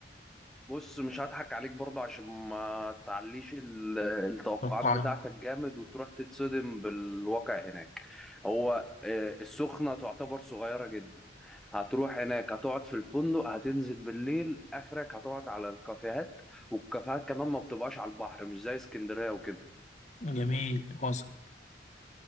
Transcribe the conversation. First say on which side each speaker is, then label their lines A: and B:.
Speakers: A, in the centre; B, on the left.
A: بص مش هضحك عليك برضو عشان ما تعليش ال- التوقعات
B: توقع
A: بتاعتك جامد وتروح تتصدم بالواقع هناك هو آه، السخنة تعتبر صغيرة جدا هتروح هناك هتقعد في الفندق هتنزل بالليل آخرك هتقعد على الكافيهات والكافيهات كمان ما بتبقاش على البحر مش زي اسكندرية وكده
B: جميل واصل